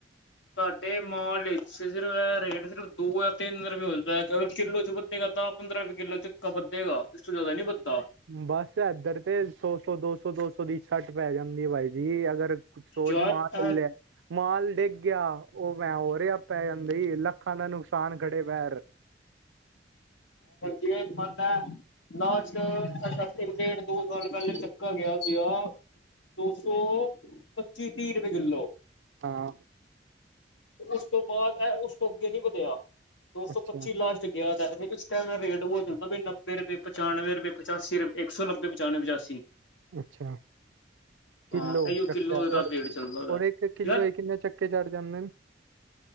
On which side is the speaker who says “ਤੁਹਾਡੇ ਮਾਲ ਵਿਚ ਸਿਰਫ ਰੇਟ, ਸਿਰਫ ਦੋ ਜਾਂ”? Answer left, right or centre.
Left